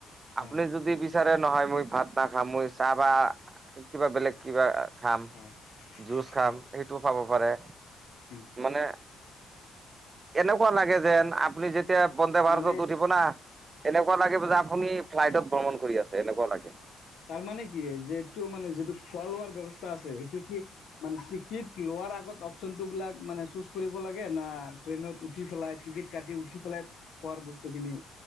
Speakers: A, on the left; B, on the right.
A: হয়
B: আপুনি যদি বিচাৰে নহয় মই ভাত নাখাও। মই চাহ বা কিবা বেলেগ কিবা খাম,
A: হয়
B: জুচ খাম
A: হয়
B: সেইটোও খাব পাৰে।
A: উম।
B: মানে এনেকুৱা লাগে যেন আপুনি যেতিয়া বন্দে ভাৰত
A: মানে
B: <unintelligible> উঠিব না'! এনেকুৱা লাগিব যে আপুনি ফ্লাইটত ভ্ৰমণ কৰি আছে এনেকুৱা লাগে।
A: তাৰমানে কি যে এইটো মানে যিটো খোৱা লোৱাৰ ব্যৱস্থা আছে সেইটো কি মানে টিকিট লোৱাৰ আগত অপ'চনটো বিলাক মানে চুজ কৰিব লাগে। না ট্ৰেইনত উঠি পেলাই টিকেট কাটি উঠি পেলাই খোৱাৰ বস্তুখিনি